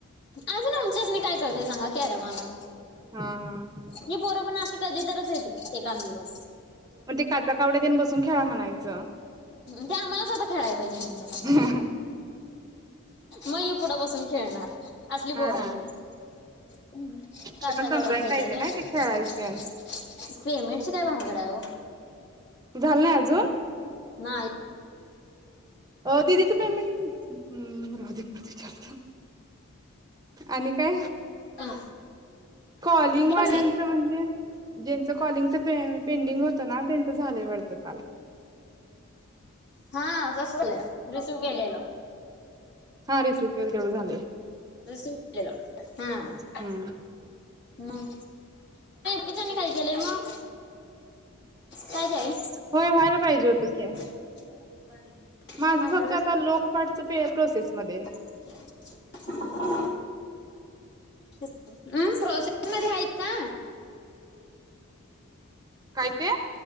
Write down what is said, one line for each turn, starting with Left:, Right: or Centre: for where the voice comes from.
Left: अजुन आमच्यासनी काय कळतय सांगा कॅरमन आणा.
Right: हा हा
Left: ही पोर पण अशी कधीतच येत्यात एखांद दिवस.
Right: मग ते काचा कावड्यात बसून खेळा म्हणायच.
Left: ते आम्हाला जादा खेळायला पाहिजे त्यांचसंग.
Right: हा
Left: मग ही पुढ बसून खेळणार. असली पोर आहेत
Right: हा
Left: ही. कोण आहे? काचा
Right: त्यांना
Left: कवड्या
Right: समजायला
Left: खेळत्यात
Right: पाहिजे
Left: व्हय.
Right: ना ते खेळायचेन
Left: पेमेंटची काय भानगड आहे हो.
Right: आल नाही अजून.
Left: नाही
Right: अ ददीच पेमेंट हम्म राऊ दे आणि काय
Left: पण
Right: कॉलिंग
Left: ते
Right: वाल्यांच
Left: पण नाही.
Right: म्हणजे? ज्यांचं कॉलिंगच पे पेंडिंग होत ना त्यांच झालय वाटत काल.
Left: हा तस झालेल. रिसीव केलेल.
Right: हा रिसीव केल तेवढ झालय.
Left: रिसिव्ह केलेल, हा
Right: हम्म
Left: मग किच्याणी काही केेलेय मग. काय‌ ग आई.
Right: होय व्हायला पाहिजे होत की.
Left: <unintelligible>
Right: माझ
Left: भांडवल
Right: फक्त आता लोकपाठच पे प्रोसेसमध्ये आहे.
Left: <inaudible> अम्म प्रोसेसमध्ये आहेत का?
Right: काय ते